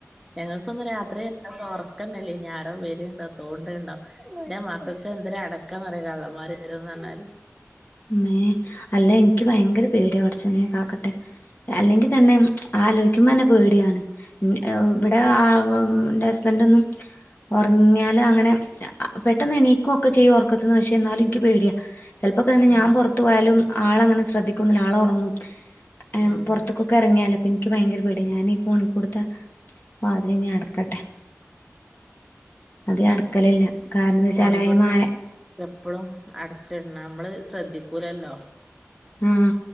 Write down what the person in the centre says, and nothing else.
ഞങ്ങൾക്കൊന്ന് രാത്രി രണ്ട് <unintelligible> <unintelligible> ഇനി ആരോ വരുണ്ടോ തോണ്ടണ്ടോ എന്റെ മക്കക്ക് എന്തര് അടക്കാന്നറിയോ കള്ളന്മാര് വരുവെന്ന് പറഞ്ഞാല്
ഉം
ഉം
കോണിക്കൂടെ
എപ്പളും അടച്ചിടണം നമ്മള് ശ്രദ്ധിക്കൂലല്ലോ